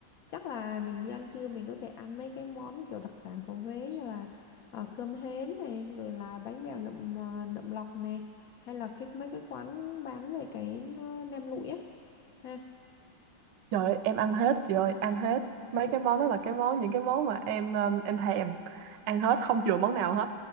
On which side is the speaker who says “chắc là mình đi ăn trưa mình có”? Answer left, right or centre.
Left